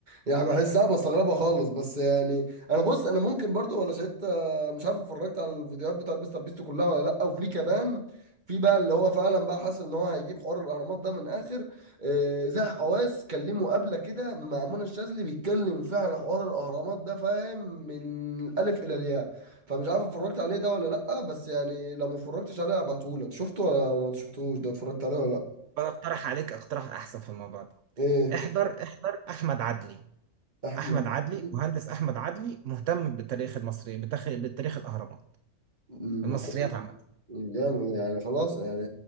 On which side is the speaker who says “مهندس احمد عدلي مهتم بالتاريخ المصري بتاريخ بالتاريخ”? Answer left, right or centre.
Right